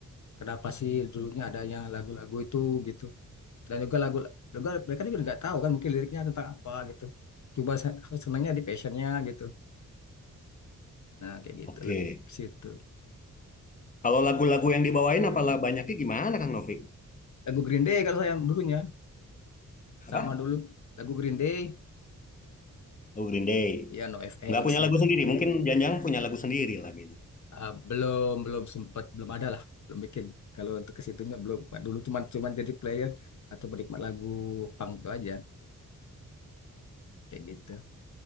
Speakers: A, on the left (about 60°); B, on the left (about 25°).
A: kenapa sih dulunya adanya lagu-lagu itu gitu dan juga lagu juga mereka juga nggak tahu kan mungkin liriknya tentang apa gitu coba se- senangnya di passionnya gitu nah kayak gitu
B: Oke.
A: lebih ke situ
B: Kalau lagu-lagu yang dibawain apalah banyaknya gimana Kang Novik?
A: lagu Green Day kalau saya dulunya
B: Apa?
A: sama dulu lagu Green Day
B: Lagu Green Day.
A: ya NoFX
B: Nggak punya lagu
A: gitu.
B: sendiri, mungkin Janjang punya lagu sendiri lagi ini.
A: Ah, belum belum sempat belum ada lah belum bikin. Kalau untuk ke situnya belum. Nah, Dulu cuman cuman jadi player atau penikmat lagu punk itu aja kayak gitu.